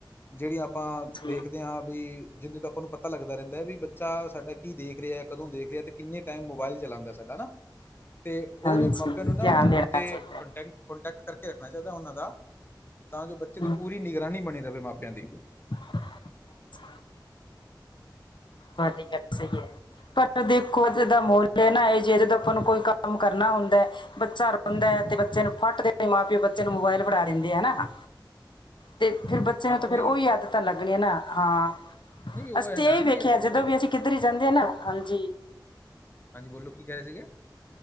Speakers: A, on the left; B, on the left.
A: ਜਿਹੜੀਆਂ ਆਪਾਂ
B: ਹਾਂਜੀ
A: ਦੇਖਦੇ ਹਾਂ ਵੀ ਜਿਦੇ ਤੋਂ ਆਪਾਂ ਨੂੰ ਪਤਾ ਲੱਗਦਾ ਰਹਿੰਦਾ ਵੀ ਬੱਚਾ ਸਾਡਾ ਕੀ ਦੇਖ ਰਿਹਾ ਕਦੋਂ ਦੇਖ ਰਿਹਾ ਤੇ ਕਿੰਨੇ ਟਾਈਮ ਮੋਬਾਇਲ ਚਲਾਂਦਾ ਸਾਡਾ ਨਾ। ਤੇ ਉਹ
B: ਹਾਂਜੀ
A: ਵੀ ਮਾਪਿਆਂ ਨੂੰ ਨਾ
B: ਧਿਆਨ
A: ਫੋਨ
B: ਦੇਣਾ
A: ਤੇ
B: ਚਾਹੀਦਾ
A: ਕੰਟੈਕਟ ਕੋਟੈਕਟ ਕਰਕੇ ਰੱਖਣਾ ਚਾਹੀਦਾ ਉਹਨਾਂ ਦਾ ਤਾਂ ਜੋ ਬੱਚੇ ਤੇ
B: ਹਮ
A: ਪੂਰੀ ਨਿਗਰਾਨੀ ਬਣੀ ਰਹੇ ਮਾਪਿਆਂ ਦੀ।
B: <inaudible> ਤੁਹਾਡੀ ਗੱਲ ਸਹੀ ਹੈ ਪਰ ਦੇਖ ਦਾ ਮੁੱਲ ਹੈ ਨਾ ਇਹ ਜੇ ਆਪਾਂ ਨੂੰ ਕੋਈ ਕੰਮ ਕਰਨਾ ਹੁੰਦਾ ਹੈ। ਬੱਚਾ ਰੋਂਦਾ ਹੈ ਤੇ ਬੱਚੇ ਨੂੰ ਫੱਟ ਦੇਦੇ ਮਾਂ ਪਿਓ ਬੱਚੇ ਨੂੰ ਮੋਬਾਇਲ ਫੜਾ ਦਿੰਦੇ ਹੈ ਹਨਾ। ਤੇ ਫੇਰ ਬੱਚੇ
A: ਹਾਂ
B: ਨੂੰ ਤਾਂ
A: ਉਹੀ
B: ਫਿਰ ਉਹ ਆਦਤਾਂ ਲੱਗਣੀਆਂ ਨਾ ਹਾਂ
A: ਨਹੀਂ ਉਹ
B: ਅਸੀਂ
A: ਹੈ ਨਾ
B: ਇਹੀ ਵੇ
A: ਵੀ ਉਹ
B: ਕਿੱਧਰ ਹੀ ਜਾਂਦੇ ਆ ਨਾ ਹਾਂਜੀ।
A: ਹਾਂਜੀ ਬੋਲੋ ਕੀ ਕਹਿ ਰਹੇ ਸੀਗੇ।